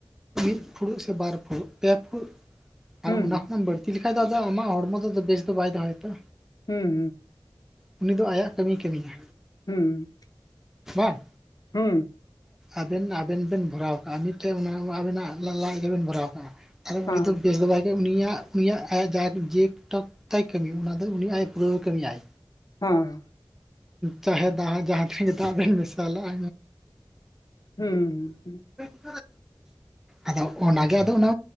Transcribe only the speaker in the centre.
ᱢᱤᱫ ᱯᱷᱩᱲᱩᱜ ᱥᱮ ᱵᱟᱨ ᱯᱷᱩᱲᱩᱜ ᱯᱮ ᱯᱷᱩᱲᱩᱜ
ᱟᱨ ᱚᱱᱟ ᱠᱷᱚᱝ ᱵᱟᱹᱲ ᱛᱤ ᱞᱮᱠᱷᱟᱡ ᱫᱚ ᱟᱫᱚ ᱟᱢᱟᱜ ᱦᱚᱲᱢᱚ ᱫᱚ ᱵᱮᱥ ᱫᱚ ᱵᱟᱭ ᱫᱚᱦᱚᱭᱟ ᱛᱚ᱾
ᱩᱱᱤ ᱫᱚ ᱟᱭᱟᱜ ᱠᱟᱹᱢᱤᱭ ᱠᱟᱹᱢᱤᱭᱟ
ᱵᱟᱝ᱾
ᱟᱵᱮᱱ ᱟᱵᱮᱱ ᱵᱮᱱ ᱵᱷᱚᱨᱟᱣ ᱟᱠᱟᱟᱜᱼᱟ, ᱢᱤᱫᱴᱮᱱ ᱟᱵᱮᱱᱟᱜ ᱞᱟᱡ ᱨᱮᱵᱮᱱ ᱵᱷᱚᱨᱟᱣ ᱟᱠᱟᱟᱜᱼᱟ᱾ ᱛᱷᱟᱦᱞᱮ ᱩᱱᱤ
ᱫᱚ ᱵᱮᱥ ᱫᱚ ᱵᱟᱭ᱾ ᱩᱱᱤᱭᱟᱜ ᱩᱱᱤᱭᱟᱜ ᱟᱭᱟᱜ ᱡᱟᱸᱦᱟ ᱡᱮᱴᱚᱠ ᱛᱟᱭ ᱠᱟᱹᱢᱤ ᱚᱱᱟ ᱫᱚ ᱩᱱ ᱟᱡ ᱯᱩᱨᱟᱹᱣ ᱠᱟᱹᱢᱤᱭᱟᱭ᱾
ᱪᱟᱦᱮ ᱫᱟᱦᱟ ᱡᱟᱸᱦᱟ ᱴᱷᱮᱱ ᱜᱮ ᱫᱟᱜ ᱵᱮᱱ ᱢᱮᱥᱟᱞᱟᱜᱼᱟ
<inaudible> <unintelligible> ᱟᱫᱚ ᱚᱱᱟᱜᱮ ᱟᱫᱚ ᱚᱱᱟ